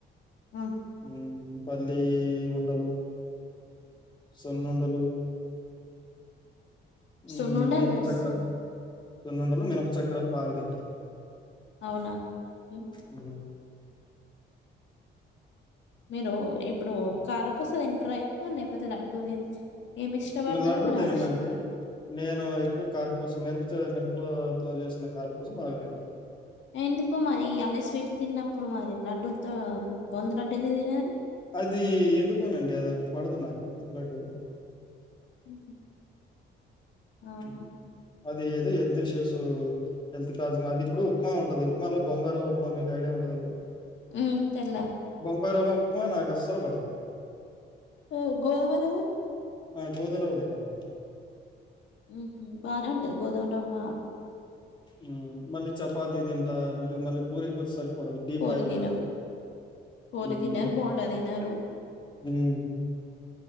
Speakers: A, on the left; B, on the left.
A: ఆ,
B: ఆ పల్లి ఉండలు సున్నుండలు మ్మ్
A: సున్నుండలు
B: మినప
A: తెలుసు
B: చక్ర సున్నుండలు మినప చక్రాలు బాగాతింటా
A: అవునా హమ్
B: హ్మ్.
A: మీరు ఇప్పుడు కారపూస తింట్రా ఎక్కువ లేకపోతే లడ్డూ తిన్ ఏమి ఇష్టపడతారు
B: లడ్డూ
A: మీరు
B: తిననండి
A: అరిష్
B: నేను ఎక్కువ కారుపూస మనుప మీన తో చేసిన కారపూస బాగా తింటా
A: ఎందుకో మరి అన్ని స్వీట్లు తిన్నప్పుడు మరి లడ్డులతో బొంది లడ్డు ఎందుకు తినరు
B: అది ఎందుకోనండి అధీ పడదు నాకు లడ్డుూ
A: హమ్ అవనా
B: హ్మ్. అది ఏది హెల్త్ ఇష్యూస్ హెల్త్ కాస్ అది ఇప్పుడు ఉప్మా ఉంటుంది ఉప్మాలో బొంబైరవ్వ ఉప్మా మీకు ఐడియా ఉంటదిగ
A: హ తెల
B: బొంబాయి రవ్వ ఉప్పు నాకు ఆసలు పడదు
A: ఓ గోధుమ రవ్వ
B: ఆ గోధుమ రవ్వ తింట మళ్లీ
A: ఉహు బాగానే ఉంటది గోదుమరవ్వ
B: ఉ మళ్ళీ చపాతి తింటా పురి మళ్ళీ పూరి కొచ్చ సరి పడదు డీప్
A: పూరి
B: ఆయిల్
A: తినరు.
B: కద
A: పూరి
B: ఉమ్
A: తినరు, బోండా తినరు,
B: ఉమ్